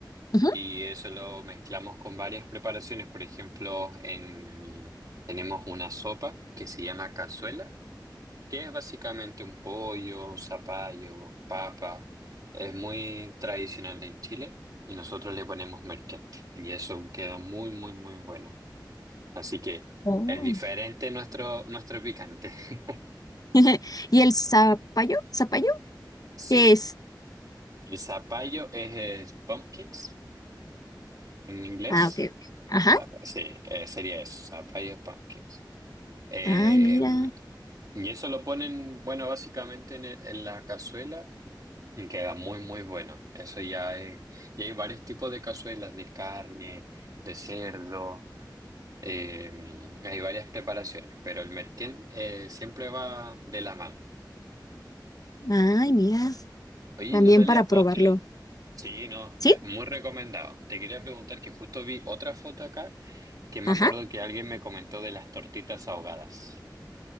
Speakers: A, on the left (about 50°); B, on the right (about 50°).
A: ujú.
B: y eso lo mezclamos con varias preparaciones. Por ejemplo, en, tenemos una sopa que se llama cazuela que es básicamente un pollo, zapallo, papa. Es muy tradicional en Chile y nosotros le ponemos merquén y eso queda muy, muy, muy bueno. Así que
A: Oh.
B: es diferente nuestro, nuestro picante. <laughs>
A: <laughs> ¿Y el zapallo? ¿Zapallo?
B: Sí,
A: ¿Qué es?
B: el zapallo es, es pumpkins en inglés.
A: Ah, ok. ok. Ajá.
B: Zap- Sí, eh, sería eso, zapallo pumpkins. Eh,
A: Ay, mira.
B: y eso lo ponen, bueno, básicamente en, en la cazuela Y Queda muy, muy bueno. Eso ya es. Y hay varios tipos de cazuelas, de carne, de cerdo. eh, hay varias preparaciones, pero el merquén eh, siempre va de la mano.
A: Ay, mira.
B: Oye,
A: También
B: Natalia,
A: para probarlo.
B: otra. Sí, no,
A: ¿Sí?
B: te- muy recomendado. Te quería preguntar que justo vi otra foto acá que me
A: Ajá.
B: acuerdo que alguien me comentó de las tortitas ahogadas.